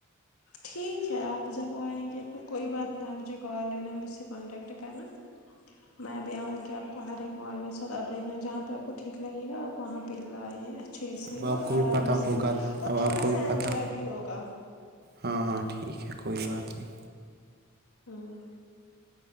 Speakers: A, on the left; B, on the right.
A: ٹھیک ہے آپ جب آئیں گے تو کوئی بات نہیں آپ مجھے کال لینا مجھ سے کانٹیکٹ کرنا میں ابھی آؤں گی آپ کو ہر ایک محال میں سر آپ دیکھنا جہاں پہ آپ کو ٹھیک لگے گا آپ وہاں پہ لائے اچھے سے
B: اب آپ
A: اور
B: کو بھی
A: آرام
B: پتہ
A: سے
B: ہوگا
A: اور
B: اب
A: تھوڑا
B: آپ کو بھی
A: سا
B: پتہ
A: انجوائے بھی ہوگا
B: ہاں ہاں ٹھیک ہے کوئی بات نہیں
A: ہاں